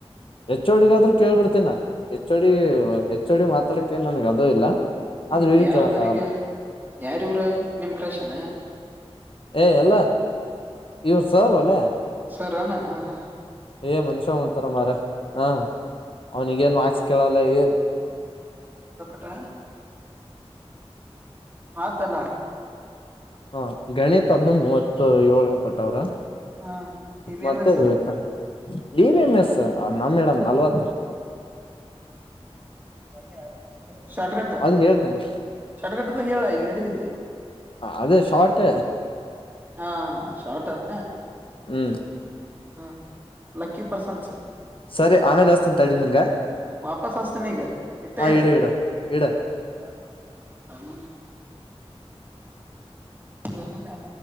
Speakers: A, on the left; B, on the right.
A: ಎಚ್ ಓಡಿಗೆ ಆದ್ರೂ ಕೇಳ್ಬಿಡ್ತೀನಿ ಹೆಚ್ಚುಡಿಯುವ ಚಡಿ ಮಾತಾಡಕ್ಕೆ ಏನ್ ನನಗೆ ಅದು ಇಲ್ಲ
B: ನಮಗೆ
A: ಆದ್ರೆ ಇವ್ರಿಗೆ
B: ಯಾರಿವಗಿದ್ದಾರೆ
A: ಕೇಳಕ್ ಆಗಲ್ಲ
B: ಹೇಳು ಯಾರಿವರು ನಿಮ್ ಕ್ರಶ್ ಏನು
A: ಏ ಎಲ್ಲಾ ಇವರು ಸರ್ ವಲ್ಲೆ
B: ಸರನಾ ಹ ಹಾ
A: ಏ ಮನುಷ್ಯ ಒಂಥರಾ ಮಾರ ಹ ಅವನಿಗೆ ಏನು ವ್ಯಾಕ್ಸ್ ಕೇಳಲ್ಲ ಏ
B: ಅ ಆತಲ್ಲ
A: ಹಾ ಗಣಿತ್ ಅದನ್ನು ಮೂವತ್ತು ಏಳು ಏನು ಕೊಟ್ಟವ್ರ
B: ಹ ಟಿ ಬಿ
A: ಮತ್ತೆ
B: ಎಂ ಎಸ್
A: ಬೀಳುತ್ತಾ ಡಿ ಬಿಎಂಎಸ್ ನಮ್ ಮೇಡಂ ನಾಲ್ವತ್ತು
B: ಲಕ್ಕಿ ಹಾಕ್ಬೇಕು ಶಾರ್ಟ್ ಕಟ್ ‌
A: ಅದು ಹೇಳ್ತೇನೆ
B: ಶಾರ್ಟ್ ಕಟ್ ಅಂತ ಹೇಳು ಇಲ್ಲಿ ನಡಿತೈತಿ
A: ಅದೇ ಶಾರ್ಟ್
B: ಆ ಶಾಟನಾ
A: ಹ್ಮ
B: ಅ ಲಕ್ಕಿ ಪರ್ಸನ್ಸ್
A: ಸರಿ ಆಮೇಲೆ ಹಚ್ತೀನಿ ತಡಿ ನಿಂಗ
B: ವಾಪಸ್ ಹ್ ಹಚ್ತೀನಿ ಈಗ ಇಟ್ಟ
A: ಹಾ
B: ಇರ
A: ಇಡು ಇಡು ಇಡು
B: ಯಾವಾಗ ಮೊನ್ನೆ ಇಲ್ಲ